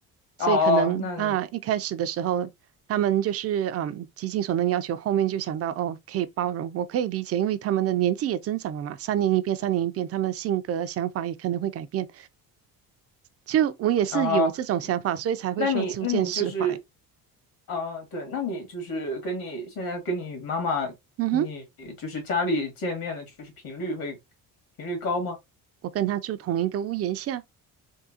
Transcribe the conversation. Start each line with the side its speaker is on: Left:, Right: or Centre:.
Right: 所以可能啊，
Left: 哦，那那
Right: 一开始的时候，他们就是嗯，极尽所能要求，后面就想到哦，可以包容，我可以理解，因为他们的年纪也增长了嘛，三年一变，三年一变，他们的性格、想法也可能会改变。就我也是有这种想法，
Left: 啊。嗯
Right: 所以才会说逐渐释怀。
Left: 那你，那你就是，啊，对，那你就是跟你现在跟你妈妈，
Right: 嗯哼，
Left: 你就是家里见面的，就是频率会频率高吗？
Right: 我跟他住同一个屋檐下，